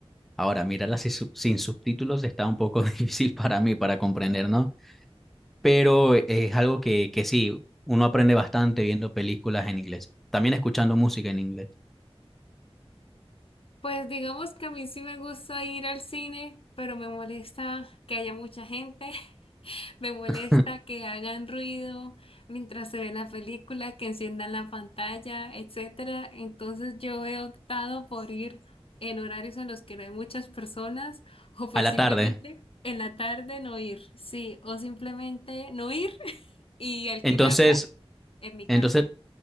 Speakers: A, in the centre; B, on the left.
A: Ahora, mirarlas sin, sub- sin subtítulos está un poco <laughs> difícil para mí para comprender, ¿no? pero es algo que, que sí, uno aprende bastante viendo películas en inglés, también escuchando música en inglés,
B: Pues digamos que a mí sí me gusta ir al cine, pero me molesta que haya mucha gente, <laughs> me molesta
A: <laughs>
B: que hagan ruido mientras se ve la película, que enciendan la pantalla, etcétera. Entonces yo he optado por ir en horarios en los que no hay muchas personas <laughs> o por
A: a la
B: simplemente
A: tarde.
B: en la tarde no ir, sí, o simplemente no ir <laughs> y alquilarlas
A: Entonces,
B: en mi
A: entonces
B: casa.